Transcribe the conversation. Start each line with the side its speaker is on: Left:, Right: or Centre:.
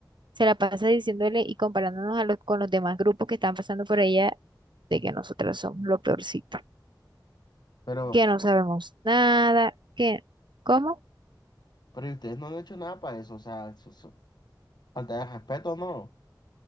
Right: Se la pasa diciéndole y comparándonos a los, con los demás grupos que están pasando por ella de que nosotras somos lo peorcito,
Left: Pero,
Right: que no sabemos nada, que... ¿Cómo?
Left: pero ¿y ustedes no han hecho nada para eso? O sea, eso- eso- falta de respeto, ¿no?